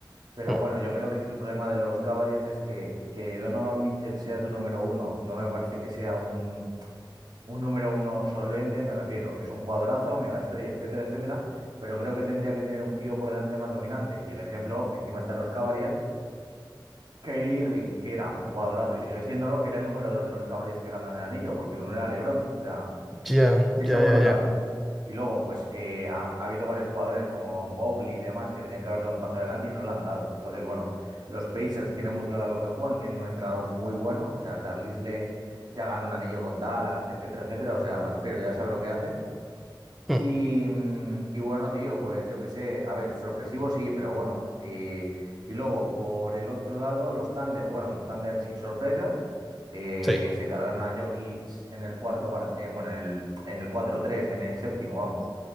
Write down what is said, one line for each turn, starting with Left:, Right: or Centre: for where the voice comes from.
Right: pero
Centre: Mm,
Right: bueno, yo creo que es que el problema de los Cavaliers es que, que Donovan Mitchell sea tu número uno, no me parece que sea un, un número uno solvente, me refiero. Es un jugadorazo, mega estrella, etcétera, etcétera, pero creo que tendría que tener un tío por delante más dominante y el ejemplo, encima están los Cavaliers Kyrie Irving, que era un jugadorazo y sigue siéndolo, era el número dos de los Cavaliers que ganaron el anillo, porque el uno era LeBron. O sea,
Centre: Ya,
Right: eso
Centre: ya,
Right: por
Centre: ya,
Right: un lado.
Centre: ya.
Right: Y luego, pues eh, ha, ha habido varios jugadores como Mobley y demás que tenían que haber dado un paso adelante y no lo han dado. Entonces, bueno, los Pacers tienen muy claro lo que juegan, tienen un entrenador muy bueno. O sea, Carlisle ya ganó un anillo con Dallas, etcétera, etcétera. O sea, me refiero, ya sabe lo que hace.
Centre: Mm,
Right: Y, mm, y bueno, tío, pues yo qué sé, a ver, sorpresivo sí, pero bueno. Y, y luego, por el otro lado, los Thunder, bueno, los Thunder sin sorpresas, eh,
Centre: Sí,
Right: se cargaron a Jokic en el cuarto, par- eh, bueno, en el, en el cuatro tres en el séptimo, vamos,